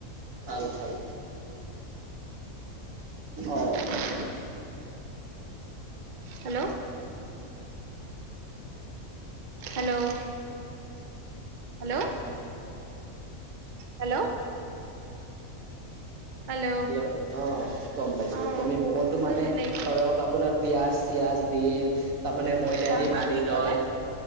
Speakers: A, on the right; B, on the right.
A: ভাল ভাল। অ
B: উম। Hello. Hello, hello. Hello. Hello.
A: অ'। গম পাইছো
B: অ
A: তুমি ম'মটো
B: ত
A: মানে
B: তেনেকে
A: ধৰক আপোনাৰ পিয়াজ চিয়াজ দিয়ে তাৰমানে ময়দা
B: হা
A: দি
B: হা
A: মাৰি
B: কি
A: লয়
B: কলে